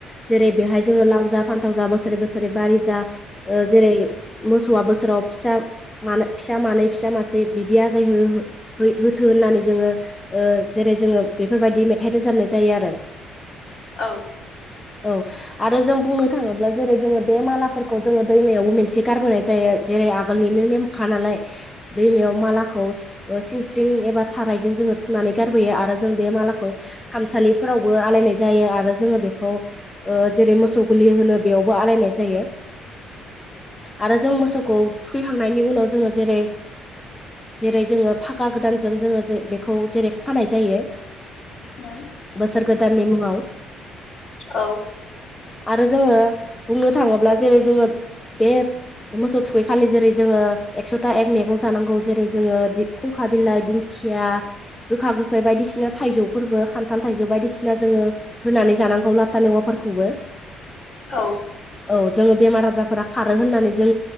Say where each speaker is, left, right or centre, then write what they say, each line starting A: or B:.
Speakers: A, on the left; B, on the left.
A: जेरै बेहाय जों जों लाव जा फान्थाव जा बोसोरै बोसोरै बारि जा ओ जेरै मोसौआ बोसोराव फिसा मानो फिसा मानै फिसा मासे बिदि आजाय हो होथो होननानै जोङो जेरै जोङो बेफोरबायदि मेथाइ रोजाबनाय जायो आरो
B: औ
A: औ आरो जों बुंनो थाङोब्ला जेरै जोङो बे मालाफोरखौ जोङो दैमायावबो मोनसे गारबोनाय जायो जेरै आगोलनिनो नेमखा नालाय दैमायाव मालाखौ ओ सिंस्रिं एबा थारायजों जोङो थुनानै गारबोयो आरो जों बे मालाखौ खामसालिफोरावबो आलायनाय जायो आरो जोङो बेखौ ओ जेरै मोसौ गुलि होनो बेयावबो आलायनाय जायो आरो जों मोसौ थुखैखांनायनि उनाव जोङो जेरै जेरै जोङो खौ जेरै खानाय जायो
B: उम,
A: बोसोर गोदाननि मुङाव
B: औ
A: आरो जोङो बुंनो थाङोब्ला जेरै जोङो बे मोसौ थुखैखालि जेरै जोङो एकस'था एक मैगं जानांगौ, जेरै जोङो खुंखा बिलाइ, दिंखिया गोखा-गोखै बायदिसिना थाइजौफोरबो, खान्थाल, थाइजौ बायदिसिना जोङो होनानै जानांगौ ला लेवाफोरखौबो
B: औ
A: औ जोङो बेमार-आजारफोरा खारो होननानै जों